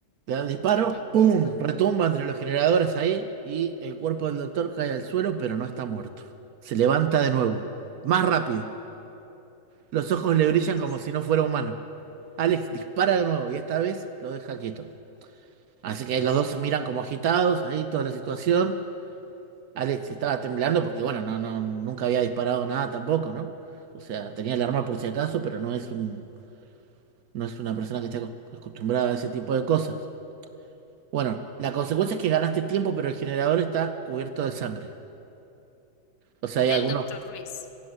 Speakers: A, on the right (about 70°); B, on the left (about 85°).
A: Le da un disparo,
B: le pego un
A: ¡pum!
B: disparo.
A: Retumba entre los generadores ahí y el cuerpo del doctor cae al suelo, pero no está muerto. Se levanta de nuevo, más rápido. Los
B: No,
A: ojos le brillan
B: rayos.
A: como si no fuera humano. Alex dispara de nuevo y esta vez lo deja quieto. Así que los dos se miran como agitados, ahí toda la situación. Alex estaba temblando porque, bueno, no, no, nunca había disparado nada tampoco, ¿no? O sea, tenía el arma por si acaso, pero no es un, no es una persona que esté acos- acostumbrada a ese tipo de cosas. Bueno, la consecuencia es que ganaste tiempo, pero el generador está cubierto de sangre. O sea, hay
B: Del
A: algunos
B: doctor Ruiz.